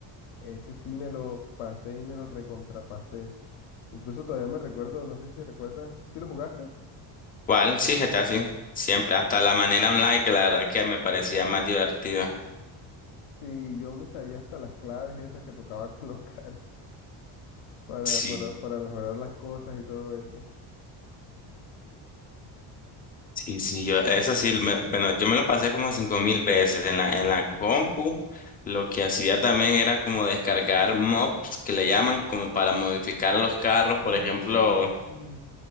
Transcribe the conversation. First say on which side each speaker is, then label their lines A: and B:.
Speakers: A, on the left; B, on the left.
A: Ese sí me lo pasé y me lo recontrapasé. Incluso todavía me recuerdo, no sé si te recuerdas, si lo jugaste?
B: ¿Cuál? Sí, GTA, sí. Siempre, hasta la manera online que la verdad que me parecía más divertida.
A: Sí, yo me sabía hasta las claves esas que tocaba <laughs> colocar para,
B: sí
A: para, para mejorar las cosas y todo eso.
B: Sí, sí, yo, eso sí, me- bueno, yo me lo pasé como cinco mil veces en la, en la compu. Lo que hacía también era como descargar mobs que le llaman como para modificar a los carros. Por
A: Uy,
B: ejemplo,
A: sí.